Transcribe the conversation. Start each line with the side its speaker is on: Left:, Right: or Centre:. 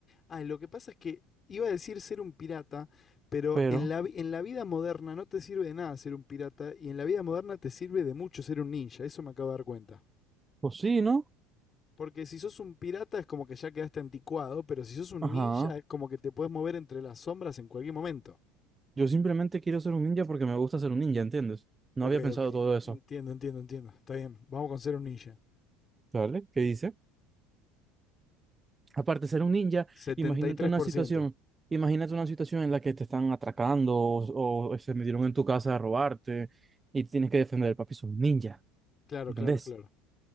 Left: Ah, lo que pasa es que iba a decir ser un pirata, pero
Right: Pero,
Left: en la, vi- en la vida moderna no te sirve de nada ser un pirata y en la vida moderna te sirve de mucho ser un ninja. Eso me acabo de dar cuenta.
Right: pues sí, ¿no?
Left: Porque si sos un pirata es como que ya quedaste anticuado, pero si sos un
Right: Ajá.
Left: ninja es como que te puedes mover entre las sombras en cualquier momento.
Right: Yo simplemente quiero ser un ninja porque me gusta ser un ninja, ¿entiendes? No
Left: Ok,
Right: había pensado
Left: ok.
Right: todo eso.
Left: Entiendo, entiendo, entiendo. Está bien. Vamos con ser un ninja.
Right: ¿Sale? ¿Qué dice? Aparte de ser un ninja,
Left: setenta
Right: imagínate
Left: y tres
Right: una
Left: por
Right: situación,
Left: ciento,
Right: imagínate una situación en la que te están atracando o, o se metieron en tu casa a robarte y tienes que defender, papi, sos un ninja,
Left: Claro,
Right: ¿entendés?
Left: claro, claro.